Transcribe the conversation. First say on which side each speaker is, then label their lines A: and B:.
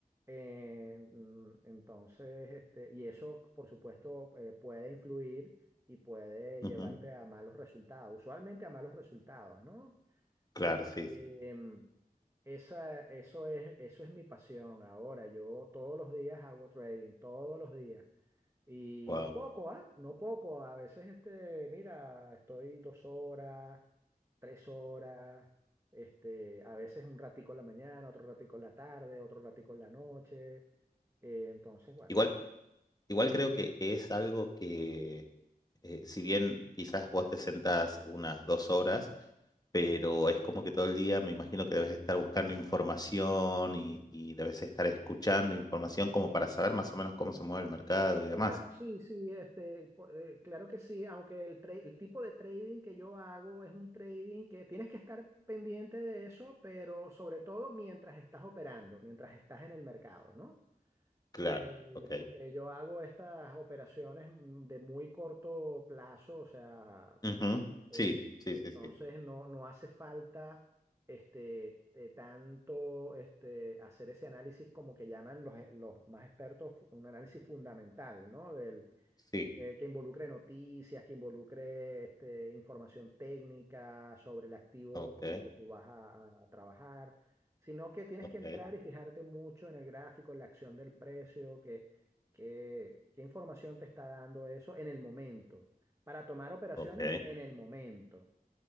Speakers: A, on the right; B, on the left.
A: eh, mm, entonces, este, y eso, por supuesto, eh, puede influir y puede
B: ujú,
A: llevarte a malos resultados, usualmente a malos resultados, ¿no?
B: Claro,
A: Este,
B: sí, sí.
A: em, esa, eso es, eso es mi pasión ahora. Yo todos los días hago trading, todos los días. Y
B: Wow.
A: no poco, ¿ah? No poco. A veces, este, mira, estoy dos horas, tres horas, este, a veces un ratico en la mañana, otro ratico en la tarde, otro ratico en la noche. Eh, entonces, bueno,
B: Igual.
A: sí.
B: Igual creo que, que es algo que, eh, si bien quizás vos te sentás unas dos horas, pero es como que todo el día me imagino que debes estar buscando información y, y debes estar escuchando información como para saber más o menos cómo se mueve el mercado y demás.
A: Claro, sí, sí, este, po- eh, claro que sí, aunque el, tra- el tipo de trading que yo hago es un trading que tienes que estar pendiente de eso, pero sobre todo mientras estás operando, mientras estás en el mercado, ¿no?
B: Claro,
A: Eh,
B: ok.
A: porque yo hago estas operaciones mm, de muy corto plazo, o sea,
B: Ujú,
A: eh,
B: Sí, sí,
A: entonces
B: sí, sí.
A: no, no hace falta este, eh, tanto este, hacer ese análisis como que llaman los, los más expertos, un análisis fundamental, ¿no? Del,
B: Sí,
A: eh, que involucre noticias, que involucre este, información técnica sobre el activo
B: ok,
A: eh, que tú vas a, a trabajar, sino que tienes
B: ok,
A: que entrar y fijarte mucho en el gráfico, en la acción del precio, que, que- qué información te está dando eso en el momento, para tomar operaciones
B: ok.
A: en el momento.